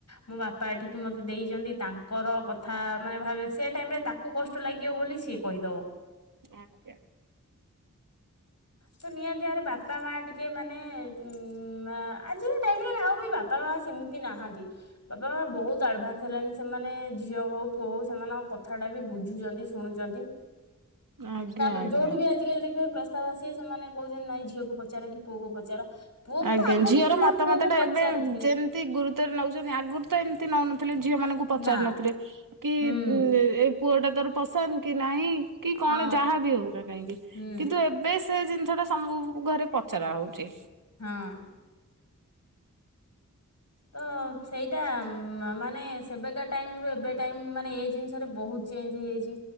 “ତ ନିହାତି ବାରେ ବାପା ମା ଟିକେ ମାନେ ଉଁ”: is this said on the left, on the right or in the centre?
Left